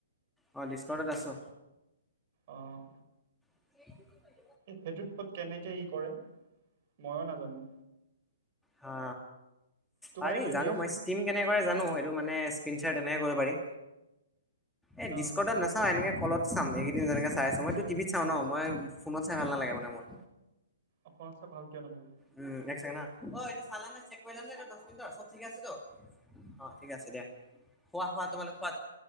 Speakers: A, in the centre; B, on the right (about 45°).
A: অঁ ডিছকাউণ্টত আছো।
B: অঁহ।
A: উ হু হু।
B: সেইটোত কত কেনেকে ই কৰে ময়ো নাজানো।
A: হা!
B: তোমাৰ
A: পাৰি
B: এইটো
A: জানো
B: দিয়াচোন
A: মই স্কিম কেনেকে কৰে জানো এইটো মানে স্কিনচেয়াৰ তেনেকে কৰিব পাৰি। এ
B: অ
A: ডিস্কটত নাচাও এনেকে কলত চাম এইকেইদিন যেনেকে চাই আছো মইতো টিভিত চাঁও ন মই ফোনত চাই ভাল নালাগে মানে মোৰ।
B: অপনত চাই ভাল কিয় নালাগে?
A: উম এক চেকেণ্ড হা। অ এটো চালানে নে চেক কৰিলানে এইটো দশ মিনিট চব ঠিক আছে টো। ঠিক আছে দিয়া খোৱা খোৱা তোমালোক খোৱা